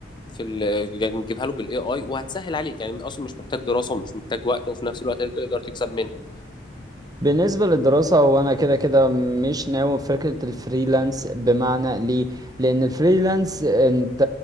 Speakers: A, on the left; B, on the right.
A: في ال يعني تجيبها له بالاي اي وهتسهل عليك يعني اصلا مش محتاج دراسة ومش محتاج وقت وفي نفس الوقت تقدر تكسب منها
B: بالنسبة للدراسة هو أنا كده كده مش ناوي في فكرة الفريلانس بمعنى ليه؟ لأن الفريلانس أنت